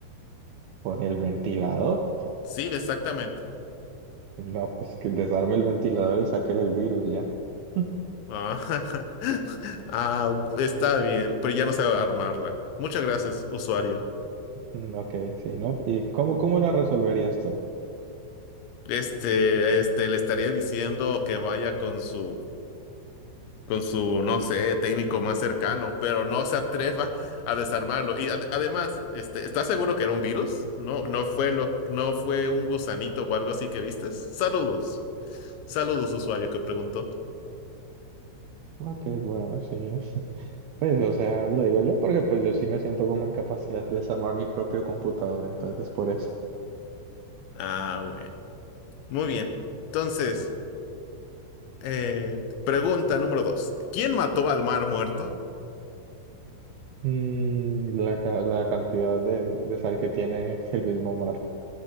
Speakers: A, on the right; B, on the left.
A: ¿Por el ventilador?
B: Sí, exactamente.
A: No, pues que desarme el ventilador y sáquele el virus ya. <laughs>
B: Ah, <laughs> ah, está bien, pero ya no sé armarla. Muchas gracias, usuario.
A: Mm, Ok, sí, ¿no? ¿Y cómo, cómo la resolverías tú?
B: Este, este, le estaría diciendo que vaya con su, con su, no sé, técnico más cercano, pero no se atreva a desarmarlo. Y ad- además, este, ¿estás seguro que era un virus? No, no fue lo, no fue un gusanito o algo así que vistes. Saludos, saludos, usuario que preguntó.
A: Ok, bueno, sí. <laughs> Pues, o sea, lo digo yo porque pues yo sí me siento como en capacidad de desarmar mi propio computador, entonces por eso.
B: Ah, bueno, muy bien. Entonces, eh, pregunta número dos. ¿Quién mató al mar muerto?
A: Mm, la, ca- la cantidad de, de sal que tiene el mismo mar